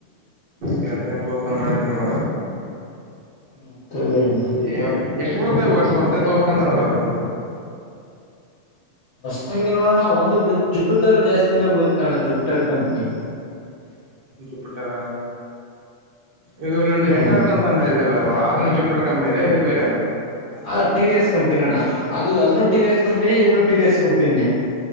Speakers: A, on the right (about 55°); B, on the left (about 55°).
A: ಹ್ಮದದನ್ನ ತೋಕೊೊಂಡ ಮಾಡಿದ್ದೀನಿ ಮ
B: ಹ್ಮ ಕದಿರಾನ
A: ಏ ಎಷ್ಟು ಬಳತ ಇವಾಗ ಸ್ ಹೊಸ್ತೆ ತೋಬೇಕಂತ ಅಂದ್ರದು
B: ಹೊಸ್ತಾಗಿ ನೋಡೋಣ ಒಂದುಳ ಜುಪಿಟರ್ ಜಾಸ್ತಿನೇ ಬಿಳತೋಣ ಜುಪಿಟರ್ ಕಂಪ್ನಿ
A: ಚಿಪಿಟ್ಟಾರ ಈಗ ನಿಮ್ದು ಎಂಟರ್ಕ್
B: ಹ್ಮ್
A: ಅಂತ ಅಂದ ಇದ ಅದನ್ನು ಚೂಪ್ಟರ್ ಕಂಪ್ನಿ ಇದುೇಣ
B: ಅ ಟಿ ಎಸ್ ಕಂಪನಿ ಅಣ್ಣ ಅದು ಅದನ್ನು ಟಿ ಎಸ್ ಇದೂನು ಟಿವ್ಸ್ ಕಂಪನಿ ನೇ